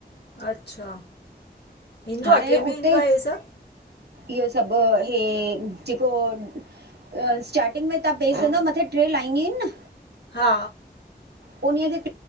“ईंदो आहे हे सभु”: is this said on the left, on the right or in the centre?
Left